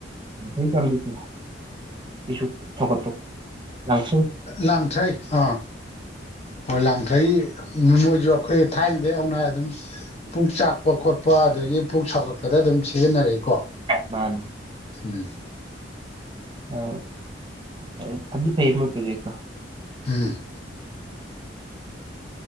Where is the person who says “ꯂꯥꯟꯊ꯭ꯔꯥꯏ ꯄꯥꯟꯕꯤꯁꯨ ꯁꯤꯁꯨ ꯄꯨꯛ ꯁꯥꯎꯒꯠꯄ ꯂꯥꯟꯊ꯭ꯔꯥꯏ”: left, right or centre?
Right